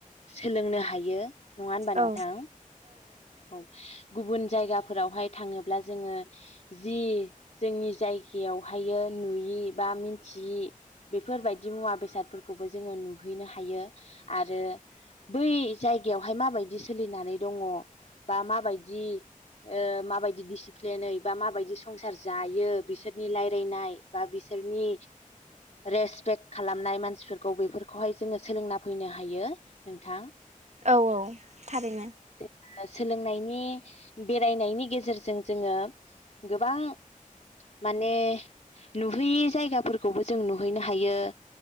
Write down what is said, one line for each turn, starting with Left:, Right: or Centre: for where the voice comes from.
Left: सोलोंनो हायो नङा होनबा नोंथां
Right: औ
Left: औ गुबुन जायगाफोरावहाय थाङोब्ला जोङो जि जोंनि जायगायावहायो नुयि बा मिथियि बेफोरबायदि मुवा बेसादफोरखौबो जोङो नु हैनो हायो आरो बै जायगायावहाय माबायदि सोलिनानै दङ बा माबायदि माबायदि डिसिप्लिनै बा माबायदि संसार जायो बिसोरनि रायलायनाय बा बि सोरनि रेसपेक्ट खालामनाय मानसिफोरखौ बेफोर खौहाय जोङो सोलोंना फैनो हायो नोंथां
Right: औ औ थारैनो
Left: ओ सोलोंनायनि बेरायनायनि गेजेरजों जोङो गोबां माने नुहैयि जायगाफोरखौबो जों नुहैनो हायो